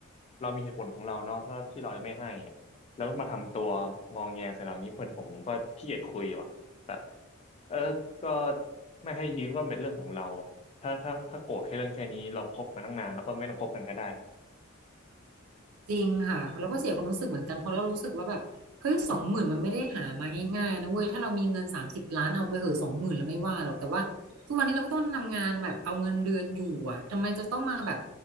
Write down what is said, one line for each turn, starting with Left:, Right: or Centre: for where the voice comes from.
Left: เรามีเหตุผลของเราเนาะถ้าที่เราไม่ให้อะแล้วมาทำตัวงองแงใส่เราอย่างนี้เพื่อนผมผมก็ขี้เกียจคุยว่ะแบบเออก็ไม่ให้ยืมก็เป็นเรื่องของเราถ้าถ้าถ้าโกรธแค่เรื่องแค่นี้เราคบมาตั้งนานแล้วก็ไม่ต้องคบกันก็ได้
Right: จริงค่ะเราก็เสียความรู้สึกเหมือนกันเพราะเรารู้สึกว่าแบบเฮ้ยสองหมื่นมันไม่ได้หามาง่ายๆนะเว้ยถ้าเรามีเงินสามสิบล้านเอาไปเหอะสองหมื่นแล้วไม่ว่าหรอกแต่ว่าทุกวันนี้เราก็ต้องทำงานแบบเอาเงินเดือนอยู่อ่ะทำไมจะต้องมาแบบ
Left: <clears throat>